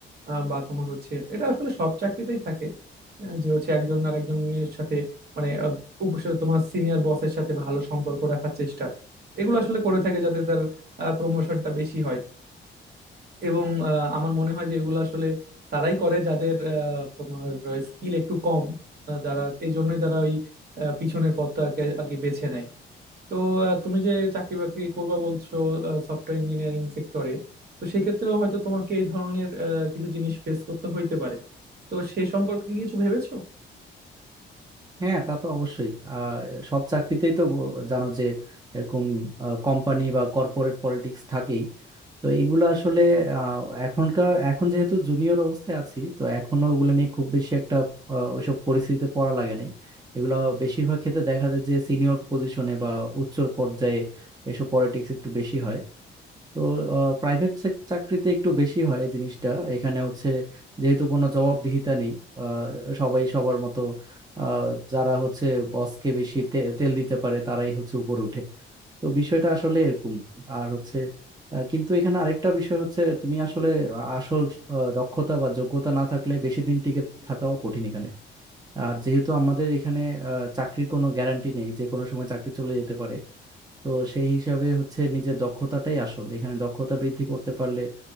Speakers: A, on the right; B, on the right.
A: আহ, বা তোমার হচ্ছে এটা আসলে সব চাকরিতেই থাকে আহ, যে হচ্ছে একজন আর একজনের সাথে মানে আহ, উপস- তোমার সিনিয়র বসের সাথে ভালো সম্পর্ক রাখার চেষ্টা এগুলো আসলে করে থাকে যাতে তার প্রমোশনটা বেশি হয় এবং আহ, আমার মনে হয় যে এগুলো আসলে তারাই করে যাদের আহ, তোমার স্কিল একটু কম আহ, যারা এই জন্যই তারা ওই আহ, পিছনের পথটাকে আর কি বেছে নেয় তো আহ, তুমি যে চাকরি বাকরি করবা বলছো সফটওয়্যার ইঞ্জিনিয়ারিং সেক্টরে তো সেক্ষেত্রেও হয়তো তোমাকে এই ধরনের আহ, কিছু জিনিস ফেস করতে হইতে পারে তো সে সম্পর্কে কি কিছু ভেবেছো
B: হ্যাঁ তা তো অবশ্যই আহ সব চাকরিতেই তো ব- জানো যে এরকম কোম্পানি বা কর্পোরেট পলিটিক্স থাকেই তো এগুলো আসলে আহ, এখনকার এখন যেহেতু জুনিয়র অবস্থায় আছি তো এখনো ওগুলো নিয়ে খুব বেশি একটা আহ, ওইসব পরিস্থিতিতে পড়া লাগে নাই এগুলো বেশিরভাগ ক্ষেত্রে দেখা যায় যে সিনিয়র পজিশনে বা উচ্চ পর্যায়ে এসব পলিটিক্স একটু বেশি হয় তো প্রাইভেট চাকরিতে একটু বেশি হয় এই জিনিসটা এখানে হচ্ছে যেহেতু কোনো জবাবদিহিতা নেই আহ, সবাই সবার মতো আহ, যারা হচ্ছে বসকে বেশি তে- তেল দিতে পারে তারাই হচ্ছে উপরে ওঠে তো বিষয়টা আসলে এরকম আর হচ্ছে আহ, কিন্তু এখানে আরেকটা বিষয় হচ্ছে তুমি আসলে আসল আহ, দক্ষতা বা যোগ্যতা না থাকলে বেশি দিন টিকে থাকাও কঠিন এখানে আর যেহেতু আমাদের এখানে আহ, চাকরির কোনো গ্যারান্টি নেই যে কোনো সময় চাকরি চলে যেতে পারে তো সেই হিসাবে হচ্ছে নিজের দক্ষতাটাই আসল এখানে দক্ষতা বৃদ্ধি করতে পারলে